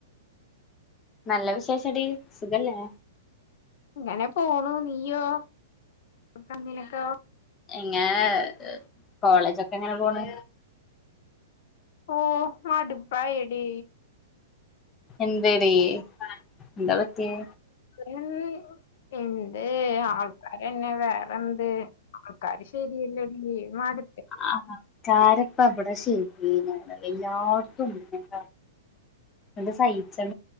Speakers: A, on the left; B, on the left.
A: നല്ല വിശേഷടി സുഖല്ലേ
B: ഇങ്ങനെ പോണു നീയോ അപ്പം നിനക്കോ
A: എങ്ങെനെ കോളേജൊക്കെ എങ്ങനെ പോണ്
B: ഓ മാട്പ്പായെടീ
A: എന്തെടീ എന്താ പറ്റിയെ
B: എൻ എന്തെ ആൾക്കാരന്നെ വേറെന്ത് ആൾക്കാര് ശരിയല്ലടി മട്
A: ആ ചാര പ്പ അവിടെ ശരിയ <unintelligible> എല്ലാടത്തും ഉണ്ട് <unintelligible> ച്ച